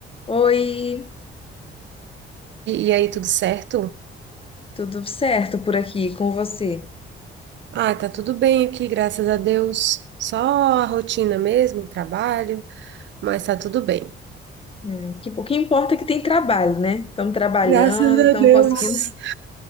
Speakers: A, on the left (about 30°); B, on the right (about 65°).
A: Oi,
B: E, e aí, tudo certo?
A: tudo certo por aqui com você?
B: Ah, tá tudo bem aqui, graças a Deus. Só a rotina mesmo, o trabalho, mas tá tudo bem.
A: Hum, que, o que importa é que tem trabalho, né? Estamos trabalhando,
B: Graças a
A: estamos
B: Deus.
A: conseguindo. <laughs>